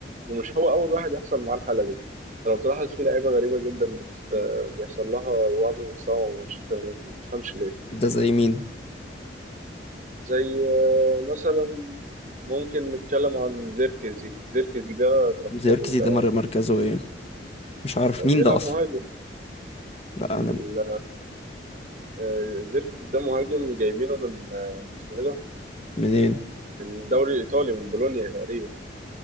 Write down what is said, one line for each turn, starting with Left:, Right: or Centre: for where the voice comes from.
Right: ومش هو اول واحد يحصل معاه الحاله دي لو تلاحظ في لعيبه غريبه جدا بت- بيحصل لها وهم مستوى مع مانشستر يونايتد ما تفهمش ليه
Left: ده زي مين؟
Right: زي آه، مثلا ممكن نتكلم عن زيركزي زيركزي ده كان
Left: زيركزي
Right: في ال-
Left: ده مر- مركزه ايه؟ مش عارف
Right: آه،
Left: مين
Right: بيلعب
Left: ده أصلا؟
Right: مهاجم
Left: لا
Right: ال-
Left: أنا
Right: آه، زيركزي ده مهاجم جايبينه من آه، اسمه ايه ده
Left: منين؟
Right: من الدوري الايطالي من بولونيا تقريبا